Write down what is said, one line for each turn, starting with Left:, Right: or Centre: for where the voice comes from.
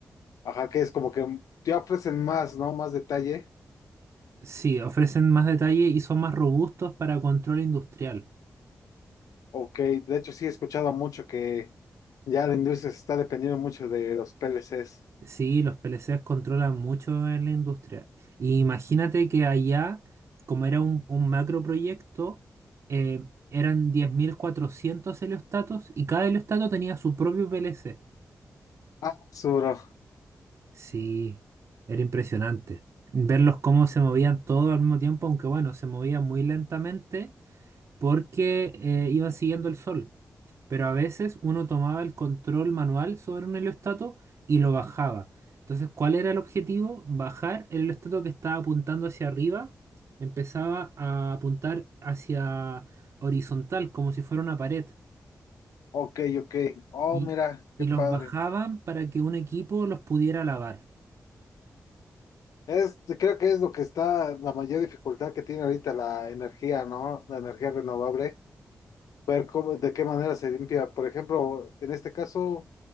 Left: Ajá, que es como que te ofrecen más, ¿no? Más detalle.
Right: Sí, ofrecen más detalle y son más robustos para control industrial.
Left: Ok, de hecho sí he escuchado mucho que ya la industria se está dependiendo mucho de los PLCs.
Right: Sí, los PLCs controlan mucho en la industria. Y imagínate que allá, como era un, un macro proyecto, eh, eran 10.400 heliostatos y cada heliostato tenía su propio PLC.
Left: Ah, Suro.
Right: Sí, era impresionante. Verlos cómo se movían todos al mismo tiempo, aunque bueno, se movían muy lentamente porque eh, iban siguiendo el sol. pero a veces uno tomaba el control manual sobre un heliostato y lo bajaba. Entonces, ¿cuál era el objetivo? Bajar el heliostato que estaba apuntando hacia arriba, empezaba a apuntar hacia horizontal, como si fuera una pared,
Left: Ok, ok. Oh,
Right: y,
Left: mira, qué
Right: y
Left: padre.
Right: los bajaban para que un equipo los pudiera lavar.
Left: Es, creo que es lo que está la mayor dificultad que tiene ahorita la energía, ¿no? La energía renovable ver cómo, de qué manera se limpia. Por ejemplo, en este caso,